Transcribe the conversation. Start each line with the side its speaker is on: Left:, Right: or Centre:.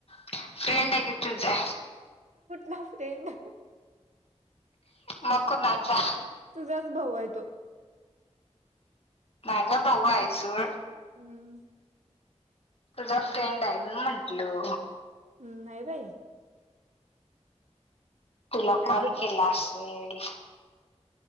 Left: फ्र्री अडगत जा
Right: नापरना
Left: मक नाचा
Right: च भाऊ आहे तो
Left: माझा बाऊू आहेसू
Right: हम्म
Left: तुझा फ्रेंड आहे म म्हंटलो
Right: हम्म नाही राय
Left: तुला
Right: आज
Left: कॉल केला हडी